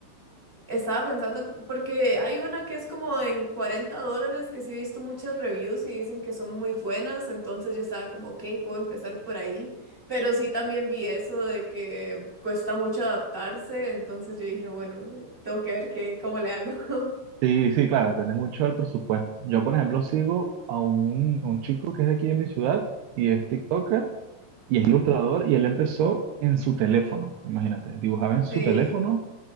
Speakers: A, in the centre; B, on the right (about 80°).
A: estaba pensando, en- porque hay una que es como en 40 dólares, que sí he visto muchas reviews y dicen que son muy buenas. Entonces yo estaba como, ok, puedo empezar por ahí. Pero sí también vi eso de que cuesta mucho adaptarse. Entonces yo dije, bueno, tengo que ver qué, cómo le hago. <laughs>
B: Sí, sí, claro, depende mucho del presupuesto. Yo, por ejemplo, sigo a un, a un chico que es de aquí de mi ciudad y es TikToker y es ilustrador y él empezó en su teléfono, imagínate, dibujaba en su
A: Sí,
B: teléfono